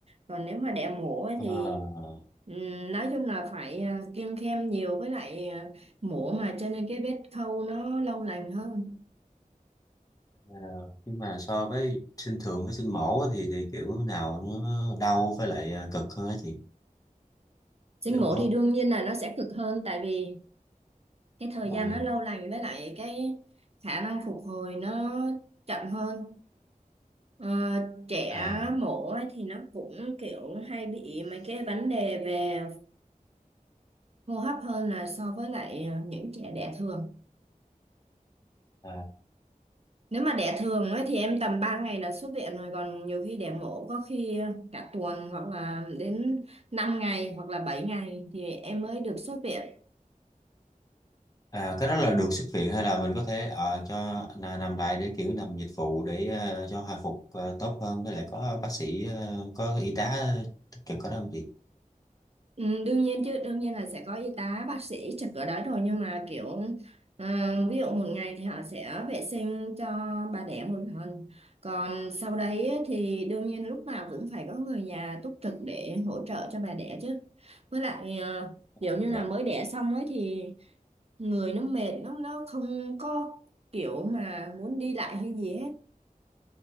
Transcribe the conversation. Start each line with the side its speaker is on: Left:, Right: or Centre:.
Right: còn nếu mà đẻ mổ ấy
Left: à,
Right: thì
Left: à.
Right: ừm, nói chung là phải ờ, kiêng khem nhiều với lại ờ, mổ mà cho nên cái vết khâu nó lâu lành hơn
Left: Ờ, nhưng mà so với sinh thường với sinh mổ á, thì thì kiểu nào nó đau với lại à, cực hơn á chị
Right: sinh
Left: kiểu
Right: mổ thì đương nhiên là nó sẽ cực hơn tại vì cái thời
Left: ừ,
Right: gian nó lâu lành với lại cái khả năng phục hồi nó chậm hơn Ờ, trẻ
Left: à,
Right: mổ ấy thì nó cũng kiểu hay bị mấy cái vấn đề về hô hấp hơn là so với lại ờ, những trẻ đẻ thường
Left: à,
Right: nếu mà đẻ thường ấy thì em tầm 3 ngày là xuất viện rồi còn nhiều khi đẻ mổ có khi cả tuần hoặc là đến 5 ngày hoặc là 7 ngày thì em mới được xuất viện
Left: à cái đó là được xuất viện hay là mình có thể ờ, cho là nằm lại để kiểu nằm dịch vụ để ờ, cho hồi phục ờ, tốt hơn với lại có bác sĩ ờ, có y tá túc trực có đó không chị
Right: Ừ, đương nhiên chứ đương nhiên là sẽ có y tá bác sĩ trực ở đấy rồi nhưng mà kiểu ờ, ví dụ một ngày thì họ sẽ vệ sinh cho bà đẻ một lần còn sau đấy ấy thì đương nhiên lúc nào cũng phải có người nhà túc trực để hỗ trợ cho bà đẻ chứ với lại ờ, kiểu
Left: à,
Right: như
Left: dạ
Right: là mới đẻ xong ấy thì người nó mệt nó nó không có kiểu mà muốn đi lại hay gì hết